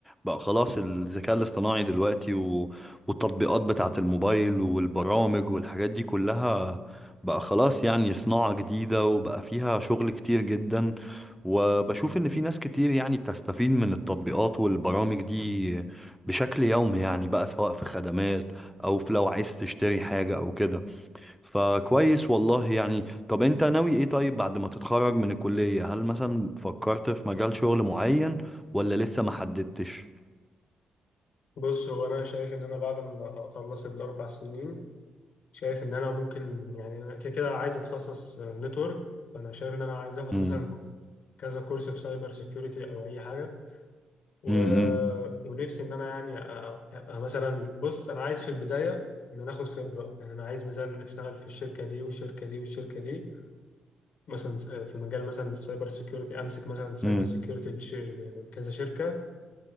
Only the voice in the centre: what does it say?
بقى خلاص الذكاء الاصطناعي دلوقتي و... والتطبيقات بتاعة الموبايل والبرامج والحاجات دي كلها بقى خلاص يعني صناعة جديدة وبقى فيها شغل كتير جدا وبشوف ان في ناس كتير يعني بتستفيد من التطبيقات والبرامج دي بشكل يومي يعني بقى سواء في خدمات او في لو عايز تشتري حاجة او كده فكويس والله يعني طب انت ناوي ايه طيب بعد ما تتخرج من الكلية هل مثلا فكرت في مجال شغل معين ولا لسه ما حددتش
امم
امم
امم